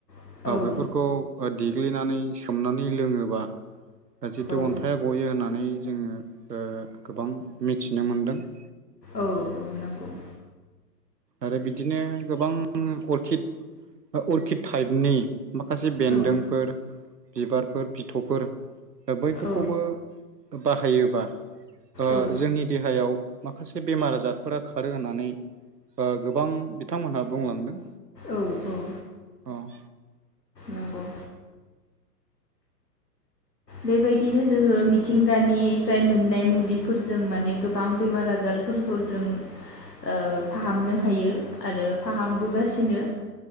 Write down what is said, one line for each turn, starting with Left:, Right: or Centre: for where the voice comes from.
Left: औ
Right: ओ
Left: औ
Right: बैफोरखौ ओ देख ग्लिनानै सोमनानै लोङोबा ओ जिथु
Left: औ
Right: अन्थाया गयो होननानै जोङो ओ गोबां मिथिनो मोनदों। <inaudible>
Left: औ औ नंगौ‌।
Right: आरो बिदिनो गोबां अर्खिड ओ अर्खिड टाइपनि माखासे बेन्दोंफोर
Left: औ
Right: बिबारफोर बिथ'फोर ओ बैफोरखौबो
Left: औ
Right: ओ बाहायोबा ओ
Left: औ
Right: जोंनि देहायाव माखासे बेमार आजारफोरा खारो होननानै ओ गोबां बिथांमोनहा बुंलांदों।
Left: औ औ
Right: अ'
Left: नंगौ बेबायदिनो जोङो मिथिंगानिफ्राय मोननाय मुलिफोरजों माने गोबां बेमार आजारफोरखौ जों ओ फाहामनो हायो आरो फाहामबोगासिनो।